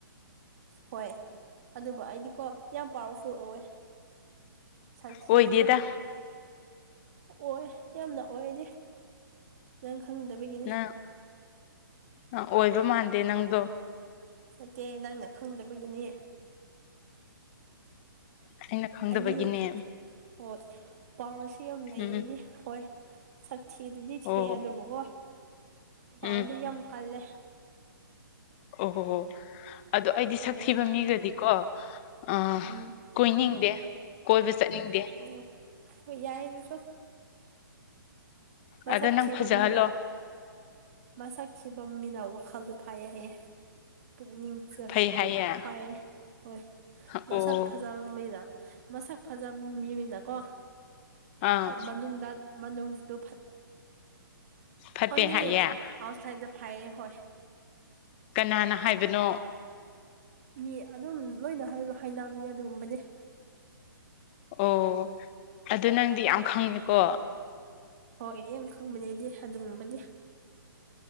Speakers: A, on the right; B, on the left.
A: ꯍꯣꯏ ꯑꯗꯨꯕꯨ ꯑꯩꯗꯤꯀꯣ ꯌꯥꯝ ꯄꯋꯥꯔꯐꯨꯜ ꯑꯣꯏ ꯁꯛ ꯊꯤꯔꯁꯨ
B: ꯑꯣꯏꯗꯦꯗ
A: ꯑꯣꯏ ꯌꯥꯝꯅ ꯑꯣꯏꯗꯤ ꯅꯪ ꯈꯪꯗꯕꯒꯤꯅꯦ
B: ꯅꯪ ꯑꯣꯏꯕ ꯃꯥꯟꯗꯦ ꯅꯪꯗꯣ
A: ꯅꯠꯇꯦ ꯅꯪꯅ ꯈꯪꯗꯕꯒꯤꯅꯦ
B: ꯑꯩꯅ ꯈꯪꯗꯕꯒꯤꯅꯦ
A: ꯑꯩꯅꯤ ꯍꯣꯏ ꯄꯥꯎꯔꯁꯨ ꯌꯥꯝ ꯂꯩ
B: ꯎꯝ
A: ꯑꯩꯗꯤ ꯍꯣꯏ ꯁꯛ ꯊꯤ ꯑꯗꯨꯗꯤ
B: ꯑꯣ
A: ꯊꯦ ꯑꯗꯨꯕꯨ ꯍꯣꯏ ꯍꯥꯎꯗꯤ
B: ꯎꯝ
A: ꯌꯥꯝꯝ ꯀꯜꯂꯦ
B: ꯑꯣꯍꯣꯍꯣ ꯑꯗꯣ ꯑꯩꯗꯤ
A: ꯍꯣꯏ
B: ꯁꯛ ꯊꯤꯕ ꯃꯤꯒꯗꯤ ꯀꯣ ꯑꯥ
A: ꯎꯝ
B: ꯀꯣꯏꯅꯤꯡꯗꯦ ꯀꯣꯏꯕ ꯆꯠꯅꯤꯡꯗꯦ
A: ꯑꯣ ꯍ ꫭꯏ ꯌꯥꯏ ꯑꯗꯨꯁꯨ ꯃꯁꯛꯈꯤꯕ
B: ꯑꯗꯣ ꯅꯪ ꯐꯖꯍꯜꯂꯣ
A: ꯃꯤꯅ ꯃꯁꯛ ꯊꯤꯕ ꯃꯤꯅꯥꯎ ꯋꯥꯈꯜꯗꯣ ꯐꯥꯏꯌꯦ ꯍꯥꯏꯌꯦ ꯄꯨꯛꯅꯤꯡ
B: ꯐꯩ ꯍꯥꯏꯌꯦ
A: ꯐꯥꯏꯌꯦ ꯍꯣꯏ ꯃꯁꯛ
B: ꯑꯣ
A: ꯐꯖꯕ ꯃꯤꯅ ꯃꯁꯛ ꯐꯖꯕ ꯃꯤꯃꯤꯅꯀꯣ
B: ꯑꯥ
A: ꯃꯅꯨꯡꯗ ꯃꯅꯨꯡꯗꯗꯨꯣ
B: ꯐꯠꯇꯦ
A: ꯑꯣꯂꯤ
B: ꯍꯥꯏꯌꯦ
A: ꯑꯥꯎꯠꯁꯥꯏꯠ ꯗ ꯐꯥꯏꯌꯦ ꯍꯣꯏ
B: ꯀꯅꯥꯅ ꯍꯥꯏꯕꯅꯣ
A: ꯃꯤ ꯑꯗꯨꯝ ꯂꯣꯏꯅ ꯍꯥꯏꯅꯕꯅꯤ ꯑꯗꯨꯒꯨꯝꯕꯅꯗꯤ
B: ꯑꯣ ꯑꯗꯨ ꯅꯪꯗꯤ ꯌꯥꯝ ꯈꯪꯉꯦꯀꯣ
A: ꯍꯣꯏ ꯌꯥꯝ ꯈꯪꯕꯅꯦꯗꯤ ꯑꯗꯨꯒꯨꯝꯕꯗꯤ